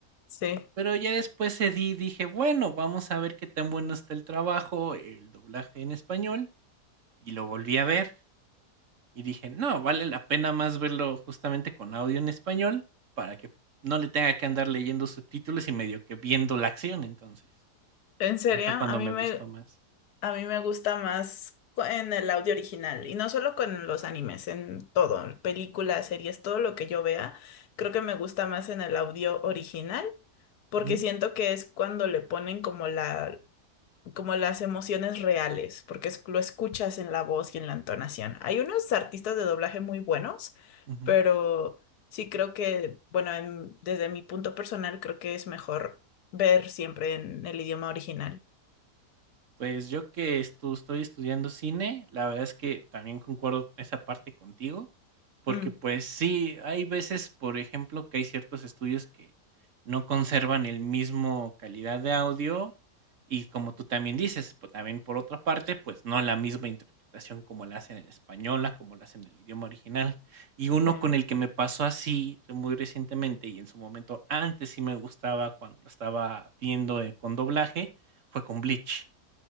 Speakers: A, on the left; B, on the right.
A: Sí.
B: Pero ya después cedí y dije: "Bueno, vamos a ver qué tan bueno está el trabajo, el doblaje en español", y lo volví a ver. Y dije: "No, vale la pena más verlo justamente con audio en español, para que no le tenga que andar leyendo subtítulos y medio que viendo la acción", entonces,
A: ¿En serio?
B: ya fue
A: A
B: cuando
A: mí
B: me
A: me,
B: gustó más.
A: A mí me gusta más cu- en el audio original y no solo con los animes, en todo, películas, series, todo lo que yo vea, creo que me gusta más en el audio original porque
B: Ujú,
A: siento que es cuando le ponen como la, como las emociones reales, porque es- lo escuchas en la voz y en la entonación. Hay unos artistas de doblaje muy buenos,
B: ujú.
A: pero sí creo que, bueno, en- desde mi punto personal creo que es mejor ver siempre en el idioma original.
B: Pues yo que estu estoy estudiando cine, la verdad es que también concuerdo esa parte contigo, porque,
A: Mm,
B: pues sí, hay veces, por ejemplo, que hay ciertos estudios que no conservan el mismo calidad de audio y como tú también dices, pues también por otra parte, pues no la misma interpretación como la hacen en española, como la hacen en el idioma original. Y uno
A: sí.
B: con el que me pasó así muy recientemente y en su momento antes sí me gustaba cuando la estaba viendo, eh, con doblaje, fue con Bleach.